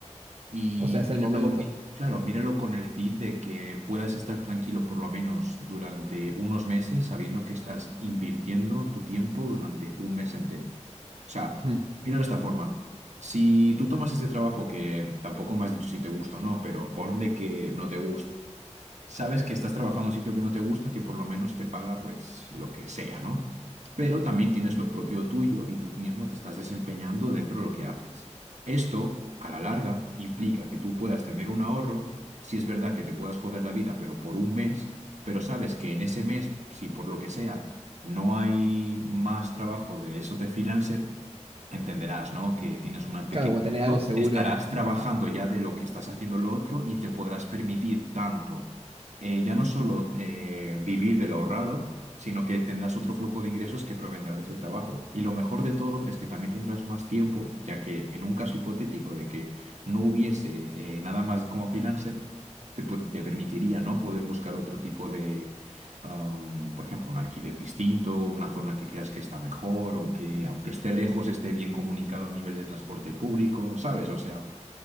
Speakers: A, on the right (about 75°); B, on the right (about 50°).
A: Y
B: o sea, es el
A: míralo,
B: momento.
A: mi- claro, míralo con el fin de que puedas estar tranquilo por lo menos durante unos meses, sabiendo que estás invirtiendo tu tiempo durante un mes entero. O sea,
B: Mm.
A: míralo de esta forma. Si tú tomas este trabajo que tampoco me has dicho si te gusta o no, pero ponle que no te gusta sabes que estás trabajando en un sitio que no te gusta, que por lo menos te paga pues lo que sea, ¿no? Pero también tienes lo propio tuyo y tú mismo te estás desempeñando dentro de lo que haces. Esto, a la larga, implica que tú puedas tener un ahorro, si es verdad que te puedas joder la vida, pero por un mes, pero sabes que en ese mes, si por lo que sea no hay más trabajo de eso de freelancer, entenderás, ¿no? Que tienes una pequeña...
B: Claro, como tener algo seguro.
A: Estarás trabajando ya de lo que estás haciendo lo otro y te podrás permitir tanto, eh, ya no solo eh, vivir de lo ahorrado, sino que tendrás otro flujo de ingresos que provendrá de ese trabajo. Y lo mejor de todo es que también tendrás más tiempo, ya que en un caso hipotético de que no hubiese eh, nada más como freelancer, te, pu- te permitiría, ¿no? Poder buscar otro tipo de um, por ejemplo, un alquiler distinto, una zona que creas que está mejor o que aunque esté lejos esté bien comunicado a nivel de transporte público, ¿sabes? O sea,